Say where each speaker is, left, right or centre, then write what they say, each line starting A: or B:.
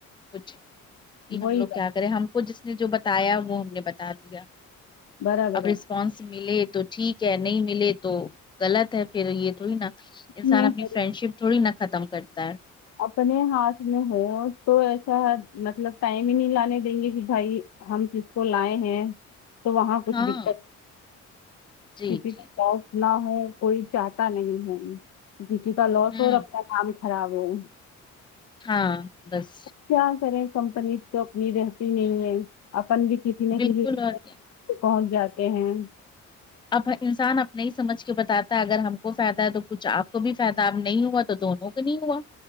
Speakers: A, on the left (about 15°); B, on the left (about 60°).
A: کچھ کہ
B: وہی
A: ہم لوگ کیا کریں ہم کو جس نے جو بتایا وہ ہم نے بتا دیا
B: برابر
A: اب رسپانس ملے تو ٹھیک کہ نہیں ملے تو غلط ہے پھر یہ تو ہی نا انسان
B: ہے
A: اپنی فرینڈ شپ تھوڑی نا ختم کرتا ہے
B: اپنے ہاتھ میں ہو تو ایسا مطلب ٹائم ہی نہیں لانے دیں گے کہ بھائی ہم کس کو لائے ہیں تو وہاں کچھ
A: ہاں
B: دقت
A: جی
B: کسی
A: جی
B: نہ ہو کوئی چاہتا نہیں ہے بیٹی کا لوس
A: ہوں
B: ہو اپنا کام خراب ہو
A: ہاں بس
B: کیا کریں کمپلیٹ تو اپنی رہتی- کسی نے
A: بالکل اور کیا
B: کون جاتے ہیں
A: اب انسان اپنے ہی سمجھ کے بتاتا اگر ہم کو فائدہ ہے تو کچھ اپ کو بھی فائدہ نہیں ہوا تو دونوں نہیںوا